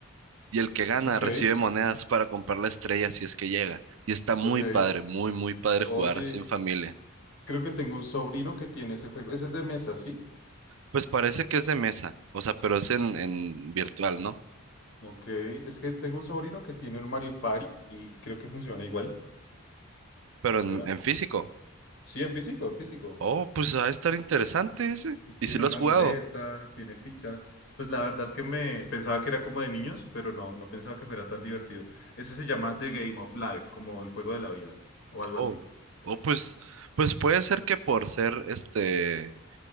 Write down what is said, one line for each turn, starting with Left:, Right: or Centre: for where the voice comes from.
Right: Y el que gana
Left: ok.
Right: recibe monedas para comprar la estrella si es que llega. Y está muy
Left: Ok.
Right: padre, muy, muy padre
Left: Oye,
Right: jugar así en familia.
Left: creo que tengo un sobrino que tiene ese juego. Ese es de mesa, ¿sí?
Right: Pues parece que es de mesa, o sea, pero es en, en virtual, ¿no?
Left: Ok. Es que tengo un sobrino que tiene un Mario Party y creo que funciona igual.
Right: Pero en,
Left: Vea.
Right: en físico.
Left: Sí, en físico, en físico.
Right: Oh, pues va a estar interesante ese.
Left: Y tiene
Right: ¿Y si lo
Left: una
Right: has jugado?
Left: ruleta, tiene fichas. Pues la verdad es que me pensaba que era como de niños, pero no, no pensaba que fuera tan divertido. Ese se llama The Game of Life, como el juego de la vida, o algo
Right: Oh.
Left: así.
Right: O pues, pues puede ser que por ser este,